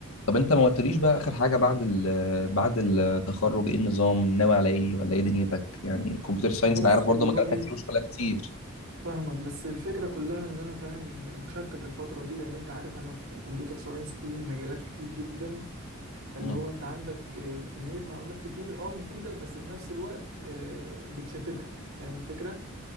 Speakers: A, on the left; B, on the right.
A: طب انت ما قلتليش بقى اخر حاجه بعد ال آه، بعد التخرج ايه النظام ناوي على ايه ولا ايه دنيتك يعني كمبيوتر ساينس
B: بص
A: انا عارف برضه
B: والله
A: مجالاتك كتير وشغلها كتير
B: فاهمك بس الفكرة كلها ان انا فاهم مشتت الفترة دي لان انت عارف انا في كمبيوتر ساينس في مجالات كتير جدا فاللي
A: مم.
B: هو انت عندك آه، كمية معلومات كتير اه مفيدة بس في نفس الوقت آه، بتشتتك فاهم الفكرة